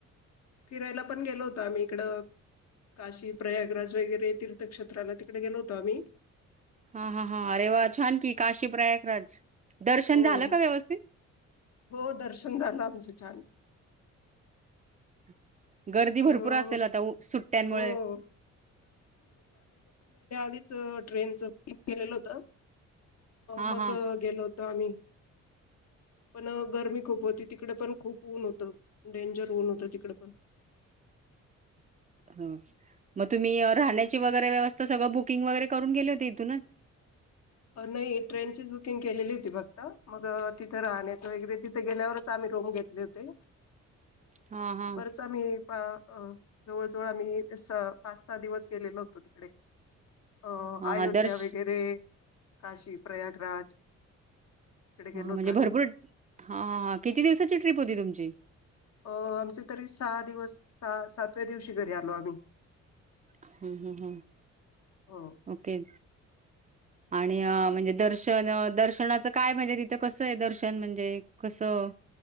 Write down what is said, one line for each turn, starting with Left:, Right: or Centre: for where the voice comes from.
Left: फिरायला पण गेलो होतो आम्ही. तिकडं काशी प्रयागराज वगैरे तीर्थक्षेत्राला तिकडे गेलो होतो आम्ही.
Right: हा. हा. हा. अरे वा छान की. काशी प्रयागराज. दर्शन
Left: हो. हो.
Right: झालं का व्यवस्थित
Left: हो दर्शन झालं आमचं छान.
Right: हम् <unintelligible> गर्दी
Left: अ
Right: भरपूर असेल आता उ. सुट्यांनमुळे?
Left: हो. हीच अ. ट्रेनचं बूकिंग केलेल होत अ.
Right: हा
Left: मग
Right: हा
Left: गेलो होतो. आम्ही. पण गरमी खूप होती. तिकडे पण खूप ऊन होतं. डेंजर ऊन होतं. तिकड पण.
Right: हा. मग तुम्ही अ. राहण्याची वगैरे व्यवस्था. सगळं बुकिंग वगैरे करून गेले होते इथूनच?
Left: नाही ट्रेनचीच बुकिंग केलेली होती फक्त. मग अं. तिथं राहण्याच वगैरे तिथं गेल्यावरच आम्ही रूम घेतले होते.
Right: हा हा
Left: वरचं आम्ही आ अं.. जवळ-जवळ आम्ही. सहा- पाच-सहा दिवस गेलेलो होतो तिकडे. अ.
Right: हा
Left: अयोध्या
Right: हा दर्श
Left: वगैरे काशी प्रयागराज तिकडे
Right: हं..
Left: गेलो होतो
Right: म्हणजे
Left: आम्ही.
Right: भरपूर हा. हा किती दिवसाची ट्रिप होती तुमची?
Left: अं. आमची तरी सहा दिवस. सहा-सातव्या दिवशी घरी आलो आम्ही.
Right: हम्म. हम्म. हम्.
Left: हो
Right: ओके आणि अ. म्हणजे दर्शन दर्शनाचं काय म्हणजे तिथं कसं आहे दर्शन म्हणजे कसं?